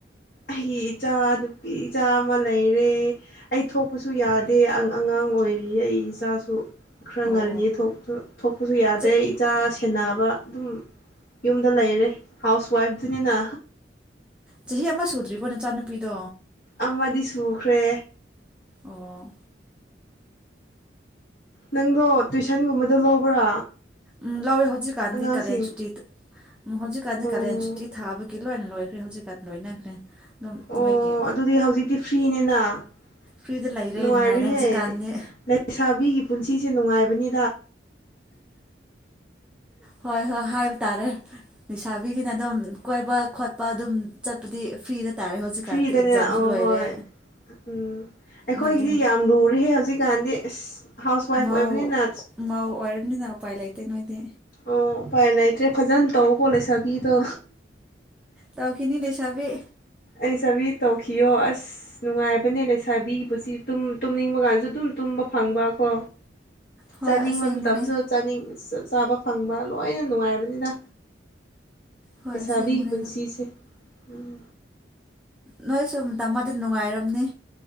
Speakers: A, on the left (about 45°); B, in the centre.
A: ꯑꯩꯒꯤ ꯏꯆꯥ ꯅꯨꯄꯤ ꯏꯆꯥ ꯑꯃ ꯂꯩꯔꯦ ꯑꯩ ꯊꯣꯛꯄꯁꯨ ꯌꯥꯗꯦ ꯑꯉꯥꯡ ꯑꯣꯏꯔꯤ ꯑꯩ ꯏꯆꯥꯁꯨ ꯈꯔ꯭꯫
B: ꯑꯣ
A: ꯉꯜꯂꯤꯌꯦ ꯊꯣꯛꯇ ꯊꯣꯛ ꯄꯥꯖꯨ ꯌꯥꯗꯦ
B: ꯆ-
A: ꯏꯆꯥꯁꯤ ꯍꯦꯟꯅꯕ ꯑꯗꯨꯝ ꯌꯨꯝꯗ ꯂꯩꯔꯦ ꯍꯥꯎꯁ ꯋꯥꯏꯐꯇꯨꯅꯤꯅ
B: ꯆꯍꯤ ꯑꯃ ꯁꯨꯗ꯭ꯔꯤꯕꯣ ꯅꯆꯥꯅꯨꯄꯤꯗꯣ
A: ꯑꯃꯗꯤ ꯁꯨꯈ꯭ꯔꯦ
B: ꯑꯣ
A: ꯅꯪꯗꯣ ꯇꯨꯏꯁꯟꯒꯨꯝꯕꯗꯣ ꯂꯧꯕ꯭ꯔꯥ
B: ꯎꯝ ꯂꯥꯎꯋꯦ ꯍꯧꯖꯤꯛꯀꯥꯟꯗꯤ
A: ꯑꯉꯥꯡꯁꯤꯡ
B: ꯀꯥꯂꯦꯟ ꯁꯨꯇꯤꯠ ꯍꯧꯖꯤꯛꯀꯥꯟꯗꯤ
A: ꯑꯣ
B: ꯀꯥꯂꯦꯟ ꯁꯨꯇꯤ ꯊꯥꯕꯒꯤ ꯂꯣꯏꯅ ꯂꯣꯏꯒꯔ꯭ꯦ ꯍꯧꯖꯤꯛꯀꯥꯟ ꯂꯣꯏꯅꯒꯔ꯭ꯦ ꯑꯗꯨꯝ
A: ꯑꯣ
B: ꯃꯣꯏꯒꯤ
A: ꯑꯗꯨꯗꯤ ꯍꯧꯖꯤꯛꯇꯤ ꯐ꯭ꯔꯤꯅꯦꯅ <inaudible>
B: ꯐ꯭ꯔꯤꯗ ꯂꯩꯔꯦ
A: ꯅꯨꯡꯉꯥꯏꯔꯦꯍꯦ
B: ꯅꯨꯡꯉꯥꯏꯔꯦ ꯍꯧꯖꯤꯛꯀꯥꯟꯗꯤ
A: ꯂꯩꯁꯥꯕꯤꯒꯤ ꯄꯨꯟꯁꯤ ꯁꯤ ꯅꯨꯡꯉꯥꯏꯕꯅꯤ
B: ꯍꯣꯏ ꯍꯣꯏ ꯍꯥꯏꯕ ꯇꯥꯔꯦ ꯅꯤꯁꯥꯕꯤꯒꯤꯅ ꯑꯗꯨꯝ ꯀꯣꯏꯕ ꯈꯣꯠꯄ ꯑꯗꯨꯝ ꯆꯠꯄꯗꯤ ꯐ꯭ꯔꯤꯗ ꯇꯥꯔꯦ ꯍꯧꯖꯤꯛꯀꯥꯟꯗꯤ
A: ꯐ꯭ꯔꯤꯗꯅꯦ
B: ꯑꯦꯛꯖꯥꯝꯁꯨ
A: ꯑꯣ
B: ꯂꯣꯏꯔꯦ
A: ꯍꯣꯏ ꯎꯝ ꯑꯩꯈꯣꯏꯒꯤꯗꯤ
B: ꯅꯣꯏꯗꯤ
A: ꯌꯥꯝ ꯂꯨꯔꯤꯍꯦ ꯍꯧꯖꯤꯛ ꯀꯥꯟꯗꯤ ꯑꯁ ꯍꯥꯎꯁ ꯋꯥꯏꯐ
B: ꯃꯧ
A: ꯑꯣꯏꯕꯅꯤꯅ
B: ꯃꯧ ꯑꯣꯏꯔꯝꯅꯤꯅ ꯎꯄꯥꯏ ꯂꯩꯠ ꯇꯦ ꯅꯣꯏꯗꯤ
A: ꯑꯣ ꯎꯄꯥꯏ ꯂꯩꯇ꯭ꯔꯦ ꯐꯖꯟ ꯇꯧꯀꯣ ꯂꯩꯁꯥꯕꯤꯗꯣ
B: ꯇꯥꯎꯈꯤꯅꯤ ꯂꯩꯁꯥꯕꯤ
A: ꯂꯩꯁꯥꯕꯤ ꯇꯧꯈꯤꯌꯣ ꯑꯁ ꯅꯨꯡꯉꯥꯏꯕꯅꯦ ꯂꯩꯁꯥꯕꯤꯒꯤ ꯄꯨꯁꯤ ꯇꯨꯝ ꯇꯨꯝꯅꯤꯡꯕ ꯒꯥꯖꯨ ꯑꯗꯨꯝ ꯇꯨꯝꯕ ꯐꯪꯕ ꯀꯣ
B: ꯍꯣꯏ
A: ꯆꯥꯅꯤꯡꯕ
B: ꯑꯁꯦꯡꯕꯅꯦ
A: ꯃꯇꯝꯁꯨ ꯆꯥꯅꯤꯡ ꯆꯥꯕ ꯐꯪꯕ ꯂꯣꯏꯅ ꯅꯨꯡꯉꯥꯏꯔꯕꯅꯤꯗ
B: ꯍꯣꯏ
A: ꯑꯦꯁꯥꯕꯤꯒꯤ
B: ꯑꯁꯦꯡꯕꯅꯦ
A: ꯄꯨꯟꯁꯤꯁꯦ ꯎꯝ
B: ꯅꯣꯏ ꯁꯨꯝ ꯇꯝꯃꯗꯤ ꯅꯨꯡꯉꯥꯏꯔꯝꯅꯤ